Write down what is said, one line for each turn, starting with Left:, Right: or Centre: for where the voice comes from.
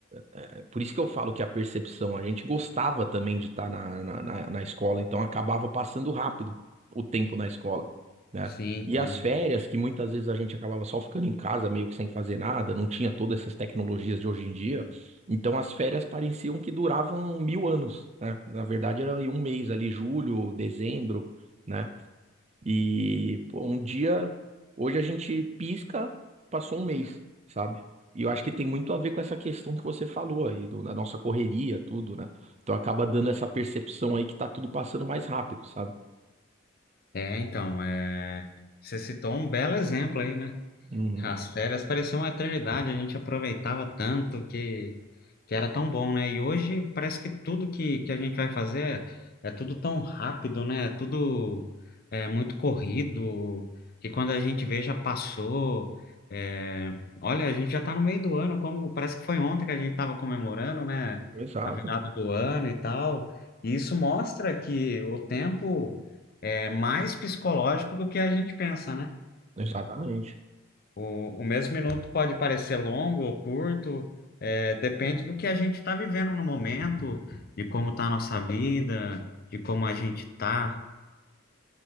Right: é, por isso que eu falo que a percepção, a gente gostava também de estar na, na, na, na escola, então acabava passando rápido o tempo na escola, né?
Left: Sim,
Right: E
Left: sim.
Right: as férias, que muitas vezes a gente acabava só ficando em casa, meio que sem fazer nada, não tinha todas essas tecnologias de hoje em dia, então as férias pareciam que duravam mil anos, né? Na verdade era em um mês ali, julho, dezembro, né? E, pô, um dia, hoje a gente pisca, passou um mês, sabe? E eu acho que tem muito a ver com essa questão que você falou aí, do, na nossa correria, tudo, né? Então acaba dando essa percepção aí que tá tudo passando mais rápido, sabe?
Left: É, então, é... você citou um belo exemplo aí, né?
Right: Uhum.
Left: As férias pareciam uma eternidade, a gente aproveitava tanto que, que era tão bom, né? E hoje parece que tudo que, que a gente vai fazer é é tudo tão rápido, né? É Tudo é muito corrido, que quando a gente vê já passou. É, Olha, a gente já tá no meio do ano, como parece que foi ontem que a gente estava comemorando, né?
Right: Exato,
Left: A virada do ano e tal. E isso mostra que o tempo é mais psicológico do que a gente pensa, né?
Right: exatamente.
Left: O, o mesmo minuto pode parecer longo ou curto, é, depende do que a gente está vivendo no momento, de como está a nossa vida, de como a gente está,